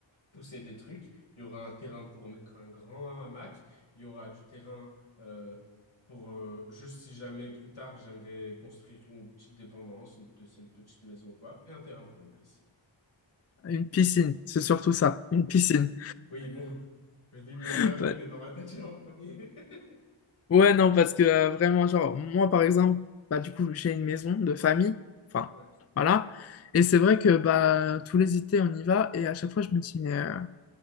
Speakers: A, on the left; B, on the left.
A: pousser des trucs, il y aura un terrain pour mettre un grand hamac, il y aura du terrain euh, pour, euh, juste si jamais plus tard j'aimerais construire une petite dépendance, une, une petite maison, quoi, et un terrain pour une piscine.
B: Une piscine, c'est surtout ça, une piscine.
A: Oui, bon, je l'ai mis
B: <laughs>
A: en dernier, mais dans ma tête, il est en premier. <laughs>
B: Ouais, non, parce que euh, vraiment, genre, moi, par exemple, bah, du coup, j'ai une maison de famille, enfin,
A: Ouais.
B: voilà. Et c'est vrai que, bah, tous les étés, on y va, et à chaque fois, je me dis, mais, euh,